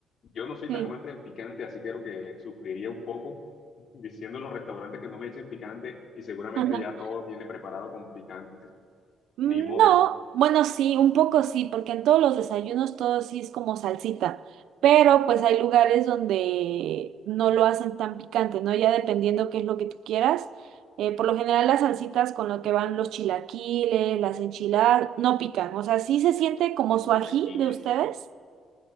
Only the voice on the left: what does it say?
Yo no soy
tan amante del picante, así que creo que sufriría un poco <laughs> diciendo en los restaurantes que no me echen picante y seguramente
ya todo viene preparado con picante.
Ni modo.
Chilaquiles.